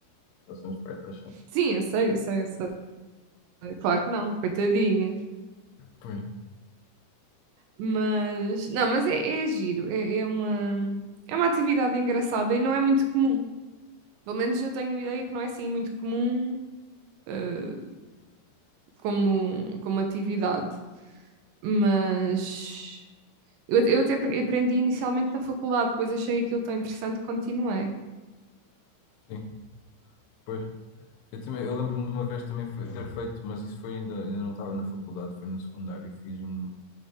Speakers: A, on the left; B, on the right.
A: Elas são espertas.
B: <laughs>
A: são.
B: Sim, eu sei, eu sei, eu sei. Claro que não, coitadinhas.
A: Pois,
B: Mas, não, mas é, é giro. É, é uma, é uma atividade engraçada e não é muito comum. Pelo menos eu tenho ideia que não é assim muito comum, eh, como, como atividade. Mas eu, eu até apre- aprendi inicialmente na faculdade, depois achei aquilo tão interessante que continuei.
A: sim, pois. Eu também, eu lembro-me de uma vez também fe- ter feito, mas isso foi ainda, ainda não estava na faculdade, foi no secundário, fiz um,